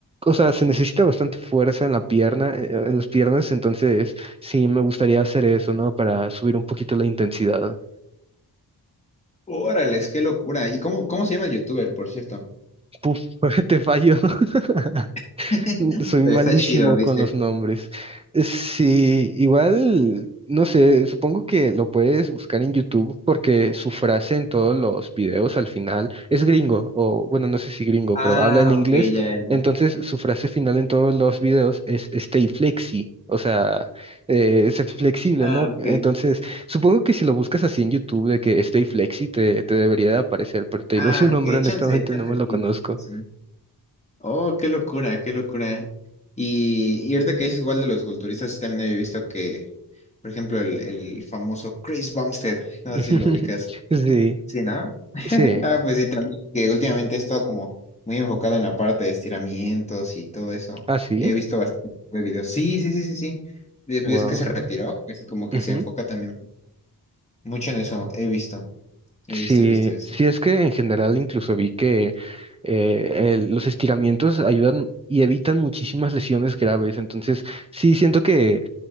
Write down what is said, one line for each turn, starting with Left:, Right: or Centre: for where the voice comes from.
Right: o sea, se necesita bastante fuerza en la pierna, eh, en las piernas, entonces sí, me gustaría hacer eso, ¿no? Para subir un poquito la intensidad.
Left: Órale, qué locura. ¿Y cómo, cómo se llama el youtuber, por cierto?
Right: Puf, <laughs> te fallo. <laughs>
Left: <laughs>
Right: Mm, Soy malísimo
Left: Pero está chido, dice.
Right: con los nombres. Eh, Sí, igual, no sé, supongo que lo puedes buscar en YouTube porque su frase en todos los videos al final es gringo, o bueno, no sé si gringo,
Left: Ah,
Right: pero habla en inglés.
Left: ok, ya, ya. ya.
Right: Entonces, su frase final en todos los videos es stay flexi, o sea, eh, ser flexible,
Left: Ah,
Right: ¿no?
Left: ok.
Right: Entonces, supongo que si lo buscas así en YouTube de que stay flexi te, te debería de aparecer, pero te
Left: Ah,
Right: digo <laughs> su nombre,
Left: ok,
Right: honestamente
Left: chance, chance,
Right: no me lo
Left: sí.
Right: conozco.
Left: sí. sí. Oh, qué locura, qué locura. Y, y ahorita que es igual de los culturistas, sí también había visto que, por ejemplo, el, el famoso Chris Bumstead, no
Right: <laughs>
Left: sé si lo ubicas.
Right: Sí,
Left: Sí, ¿no? <laughs>
Right: sí.
Left: Ah, pues sí, también, que últimamente he estado como muy enfocado en la parte de estiramientos y todo eso.
Right: Ah, sí,
Left: He visto bastante de videos. Sí, sí, sí, sí, sí. Después
Right: wow.
Left: que se retiró, pues como que
Right: Ujú.
Left: se enfoca también mucho en eso. He visto, he
Right: Sí,
Left: visto, he visto esto.
Right: sí es que en general incluso vi que eh, el- los estiramientos ayudan y evitan muchísimas lesiones graves. Entonces, sí siento que,